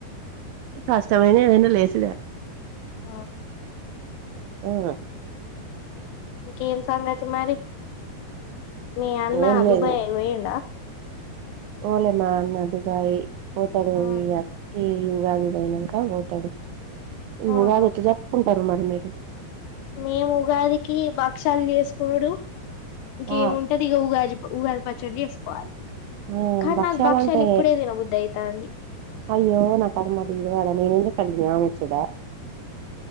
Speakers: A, on the right; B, on the left.
A: కష్టటమైన అనా లేస్
B: ఆ
A: ఆఓ
B: ఇంకేం సంగతిి మరి మీ అన్న
A: ఏం లేదు
B: దుబాయ్ అ పోయండా
A: ఓలే మా అన్న దుబాయి ఓతాడు
B: ఆ.
A: ఏ ఉగాది ఇదయినాక పోతాడు ఈ
B: ఆహా
A: ఉగాది ఇట్లా చెప్పుకుంటారు మరి మీరు
B: మేము ఉగాదికి భక్ష్యాలు చేసుకున్నాడు ఇంకేముంటది
A: ఆ
B: ఇక ఉగాది ఉగాది పచ్చడి చేసుకోవాలి
A: ఆ
B: కానీ
A: భక్షాలంటే
B: నాకు భక్ష్యాలు ఇప్పుడేదిన బుద్ధ అవుతంది
A: అయ్యో నా కరమాడి ఇడువ అాల ననుంది కళని అ ముచ్చుడా